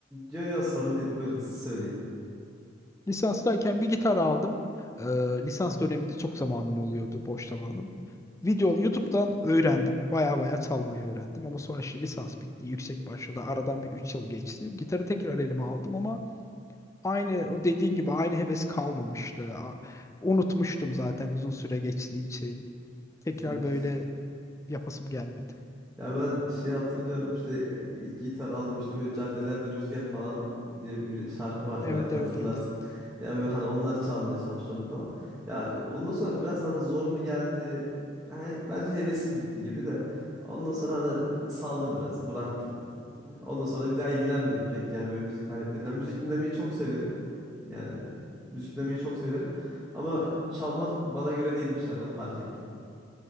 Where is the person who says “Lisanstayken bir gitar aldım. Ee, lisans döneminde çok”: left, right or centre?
Left